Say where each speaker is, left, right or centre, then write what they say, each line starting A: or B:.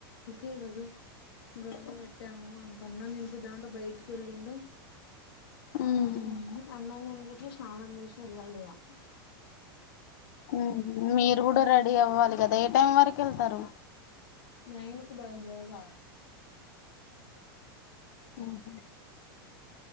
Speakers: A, on the left (about 85°); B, on the left (about 50°).
A: ఈ రజు రమ్మ పెట్టాను అనకన్నా నింపి దాం బయటి టినిన్డు
B: మ్మ్.
A: హమ్ ఆనం టిన్పిచ్ స్నాను చెస్ యాలఇంకా
B: మ్మ్. మీరు కూడా రెడీ అవ్వాలి కదా ఏ టైం వరకు వెళ్తారు
A: నైనుకు అ
B: మ్మ్.